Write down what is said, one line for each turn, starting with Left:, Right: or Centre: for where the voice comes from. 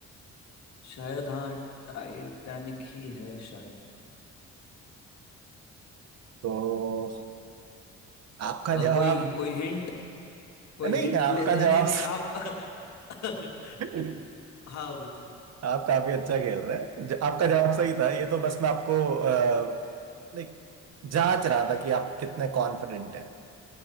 Left: शायद हाँ टाइटैनिक ही है शायद
Right: तो आपका
Left: अ,
Right: जवाब
Left: कोई कोई हिंट कोई
Right: नहीं
Left: हिंट
Right: आपका
Left: ले नहीं
Right: जवाब
Left: नहीं नहीं आप <laughs>
Right: <laughs>
Left: हाँ बोलिए
Right: आप काफी अच्छा खेल रहे हैं ज- आपका जवाब सही था ये तो बस मैं आपको अ, लाइक जांच रहा था कि आप कितने कॉन्फिडेंट हैं